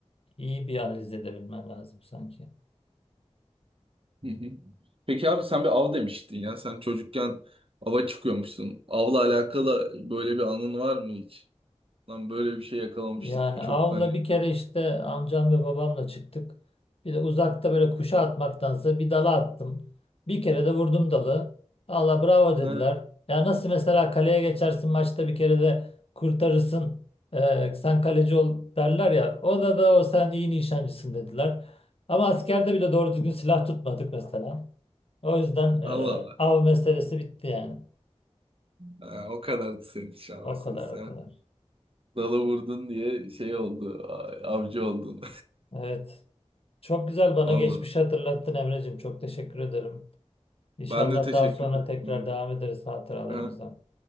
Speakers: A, on the left; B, on the right.
A: iyi bir analiz edebilmen lazım sanki.
B: <laughs> Hı hı. Peki abi sen bir av demiştin ya. Sen çocukken ava çıkıyormuşsun. Avla alakalı böyle bir anın var mı hiç? Lan böyle bir şey yakalamıştık.
A: Yani
B: Bu
A: avla
B: çok hani.
A: bir kere işte amcam ve babamla çıktık. Bir de uzakta böyle kuşa atmaktansa bir dala attım. Bir kere de vurdum dalı. Allah bravo dediler.
B: Ha,
A: Ya nasıl mesela kaleye geçersin maçta bir kere de kurtarırsın. eee, sen kaleci ol derler ya. O da da o sen iyi nişancısın dediler. Ama askerde bile doğru düzgün silah tutmadık mesela. O yüzden eee,
B: Allah Allah.
A: av meselesi bitti yani.
B: Ha, o kadardı senin için ama
A: O
B: sen
A: kadar o kadar.
B: Dalı vurdun diye şey oldu. a- Avcı oldun.
A: Evet. Çok güzel bana
B: <laughs> Allah.
A: geçmişi hatırlattın Emre'cim. Çok teşekkür ederim. İnşallah
B: Ben de teşekkür
A: daha sonra
B: ederim
A: tekrar
B: abi.
A: devam ederiz hatıralarımıza.
B: Ha,